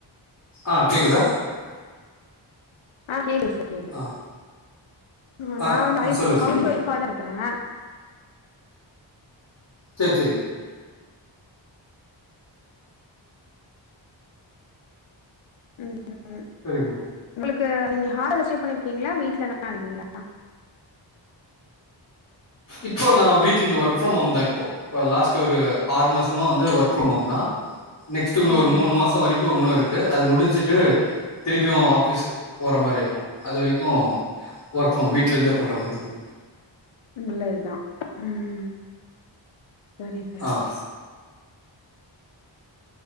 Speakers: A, on the left; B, on the left.
A: ஆ கேக்குதா
B: ஆ கேக்குது சார் கேக்குது
A: ஆ ஆ
B: நான் நைப்
A: ஆ சொல்லுங்க
B: ஹவுஸ்
A: மேடம்
B: ஒஃப்பா தான் இருக்கேன்
A: சேர் சேரி
B: ம் ம் ம்
A: செரிம்மா
B: உங்களுக்கு நீங்க ஹார்ல ஸ்டே பண்ணிருக்கீங்களா வீட்ல தான் இருக்குங்களா
A: இப்போ நான் வீட்ல இருந்து ஒர்க் ஃப்ரம் ஹோம் தான் இப்போ இப்ப லாஸ்ட் ஒரு ஆறு மாசமா வந்து ஒர்க் ஃபரம் ஹோம் தான் நெக்ஸ்ட் ஒரு
B: நல்லது
A: மூணு மாசம் வரைக்கும் ஒண்ணும் இருக்கு அத முடிச்சுட்டு திருப்பியும் ஆஃபிஸ்க் போற மாரி இருக்கும் அது வரைக்கும் ஒர்க் ஃப்ரம் வீட்ல இருந்தே பண்ற மாரி தான்
B: நல்லதுதான் ம் சரி சார்
A: ஆ